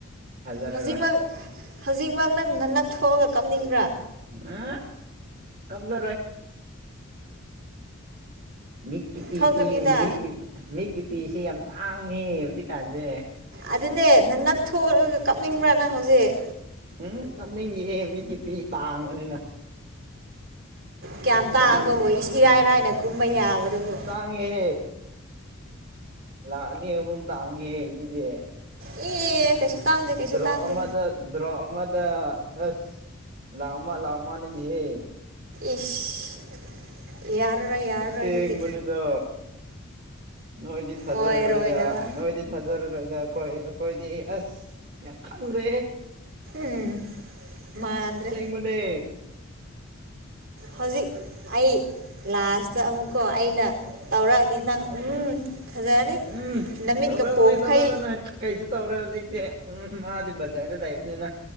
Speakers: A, on the right (about 45°); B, on the right (about 65°).
A: ꯊꯥꯖꯔꯔꯣꯏ
B: ꯍꯧꯖꯤꯛꯃꯛ ꯍꯧꯖꯤꯛꯃꯛ ꯅꯪ ꯅꯅꯞ ꯊꯣꯛꯑꯒ ꯀꯞꯅꯤꯡꯕ꯭ꯔꯥ
A: ꯑ ꯀꯞꯂꯔꯣꯏ ꯃꯤꯠꯀꯤ ꯄꯤ
B: ꯊꯣꯛꯀꯅꯤꯗ
A: ꯇꯤ ꯃꯤꯠ ꯃꯤꯠꯀꯤꯄꯤꯁꯦ ꯌꯥꯝ ꯇꯥꯡꯉꯦ ꯍꯧꯖꯤꯛꯀꯥꯟꯁꯦ
B: ꯑꯗꯨꯅꯦ ꯅ ꯅꯞꯊꯑꯒ ꯀꯞꯅꯤꯡꯕ꯭ꯔꯥ ꯅꯪ ꯍꯧꯖꯤꯛ
A: ꯎꯝ ꯀꯅꯤꯡꯉꯦ ꯃꯤꯠꯀꯤ ꯄꯤ ꯇꯥꯡꯕꯅꯤꯅ
B: ꯀꯌꯥꯝ ꯇꯥꯡꯕꯕꯨ
A: ꯃꯃꯜ
B: ꯏꯔꯥꯏꯔꯥꯏꯅ ꯀꯨꯝꯕ ꯌꯥꯕꯗꯨꯕꯨ
A: ꯇꯥꯡꯍꯦ ꯂꯥꯛꯅꯤ ꯑꯍꯨꯝ ꯇꯥꯡꯍꯦ ꯁꯤꯗꯤ
B: ꯑꯦ ꯀꯩꯁꯨ ꯇꯥꯡꯗꯦ ꯀꯩꯁꯨ
A: ꯗ꯭ꯔꯣꯞ
B: ꯇꯥꯡꯗꯦ
A: ꯑꯃꯗ ꯗ꯭ꯔꯣꯞ ꯑꯃꯗ ꯑꯁ ꯂꯥꯛ ꯑꯃ ꯂꯥꯛ ꯑꯃ ꯅꯤꯅꯦꯍꯦ
B: ꯏꯁ ꯌꯥꯔꯔꯣꯏ ꯌꯥꯔꯔꯣꯏ
A: ꯑꯁꯦꯡꯕꯅꯤꯗ
B: ꯑꯗꯨꯗꯤ
A: ꯅꯣꯏꯗꯤ ꯊꯥꯖꯔꯔꯣꯏꯗ
B: ꯑꯣꯏꯔꯣꯏꯗꯕ
A: ꯅꯣꯏꯗꯤ ꯊꯥꯖꯔꯔꯣꯏꯗ ꯑꯩꯈꯣꯏ ꯑꯩꯈꯣꯏꯗꯤ ꯑꯁ ꯌꯥꯝ ꯈꯪꯈ꯭ꯔꯦ
B: ꯎꯝ ꯃꯥꯗ꯭ꯔꯦ
A: ꯑꯁꯦꯡꯕꯅꯦ
B: ꯍꯧꯖꯤꯛ ꯑꯩ ꯂꯥꯁꯇ ꯑꯃꯨꯛꯀꯣ ꯑꯩꯅ ꯇꯧꯔꯛꯑꯗꯤ ꯅꯪ ꯎꯝ ꯐꯖꯔꯅꯤ
A: ꯎꯝ
B: ꯅꯨꯃꯤꯠꯀ
A: ꯇꯧꯔꯛꯎꯅꯦ
B: ꯄꯣꯝꯈꯩ
A: ꯇꯧꯔꯛꯎꯅꯦ ꯀꯩꯁꯨ ꯇꯧꯔꯦ ꯍꯧꯖꯤꯛꯇꯤ ꯎꯝ ꯃꯥꯗꯤ ꯕꯖꯥꯔꯗ ꯂꯩꯕꯅꯤꯅ